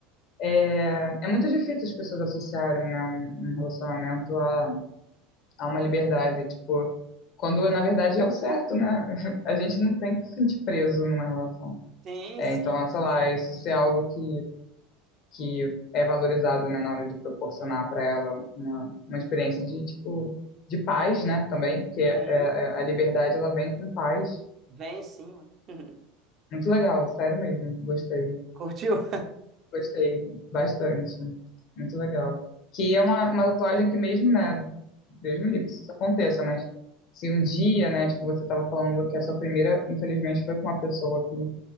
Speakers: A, on the left; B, on the right.
A: é, é muito difícil as pessoas associarem, né, um, um relacionamento a, a uma liberdade, tipo, quando na verdade é o certo, né? <laughs> A gente não tem que se sentir preso numa relação.
B: Sim,
A: É,
B: sim,
A: então, sei lá, isso ser algo que, que é valorizado, né, na hora de proporcionar para ela uma, uma experiência de, tipo, de paz, né, também, porque é,
B: sim.
A: é, a liberdade, ela vem com paz
B: Vem sim, ué. <laughs>
A: Muito legal, sério mesmo. Gostei,
B: Curtiu?
A: gostei bastante. Muito legal. Que é uma, uma tatuagem que mesmo, né? Deus me livre que isso aconteça, mas se um dia, né, tipo, você estava falando que a sua primeira, infelizmente, foi com uma pessoa que.